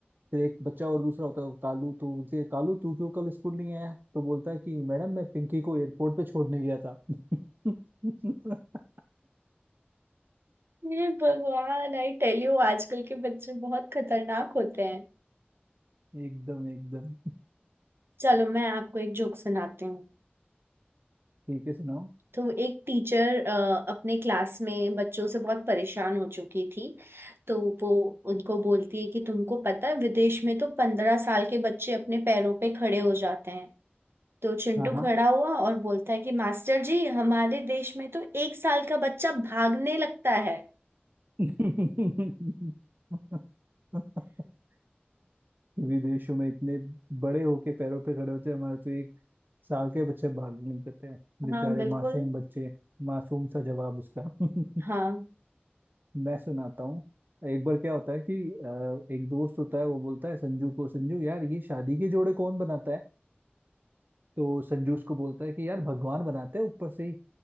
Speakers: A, on the right; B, on the right.
A: फिर एक बच्चा और दूसरा होता है कालू तो बोलती है कालू तू क्यों कल स्कूल नहीं आया तो बोलता है कि मैडम मैं पिंकी को एयरपोर्ट पे छोड़ने गया था <laughs>
B: ये भगवान आई टेल यू आजकल के बच्चे बहुत खतरनाक होते हैं
A: एकदम एकदम
B: चलो मैं आपको एक जोक सुनाती हूँ
A: ठीक है सुनाओ
B: तो एक टीचर अपने क्लास में बच्चों से बहुत परेशान हो चुकी थी तो वो उनको बोलती है कि तुमको पता है विदेश में तो पंद्रह साल के बच्चे अपने पैरों पे खड़े हो जाते हैं तो चिंटू
A: हाँ हाँ
B: खड़ा हुआ और बोलता है कि मास्टर जी हमारे देश में तो एक साल का बच्चा भागने लगता है
A: <laughs> विदेशों में इतने बड़े होके पैरों पे खड़े होते हैं हमारे तो एक साल के बच्चे भाग निकलते हैं बेचारे
B: हाँ बिल्कुल
A: मासूम बच्चे मासूम सा जवाब उसका <laughs>
B: हाँ
A: मैं सुनाता हूँ एक बार क्या होता है कि अ, एक दोस्त होता है वो बोलता है संजू को संजू यार ये शादी के जोड़े कौन बनाता है तो संजू उसको बोलता है कि यार भगवान बनाते हैं ऊपर से ही